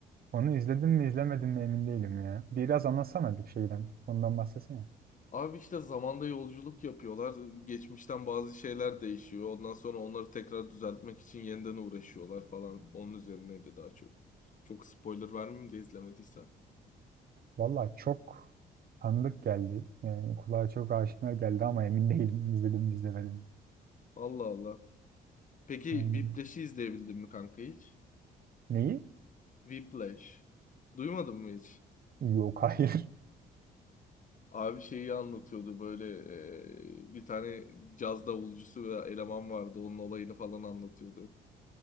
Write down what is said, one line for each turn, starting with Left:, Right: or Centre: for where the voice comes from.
Right: onu izledim mi izlemedim mi emin değilim ya. Biraz anlatsana bir şeyden. Ondan bahsetsene.
Left: Abi işte zamanda yolculuk yapıyorlar. Geçmişten bazı şeyler değişiyor. Ondan sonra onları tekrar düzeltmek için yeniden uğraşıyorlar falan. Onun üzerineydi daha çok. Çok spoiler vermeyeyim de izlemediysen.
Right: Valla çok tanıdık geldi. Yani kulağa çok aşina geldi ama emin değilim izledim mi izlemedim.
Left: Allah Allah. Peki
Right: Aynen.
Left: Whiplash'i izleyebildin mi kanka hiç?
Right: Neyi?
Left: Whiplash. Duymadın mı hiç?
Right: Yok hayır.
Left: Abi şeyi anlatıyordu böyle e, bir tane caz davulcusu ve eleman vardı onun olayını falan anlatıyordu.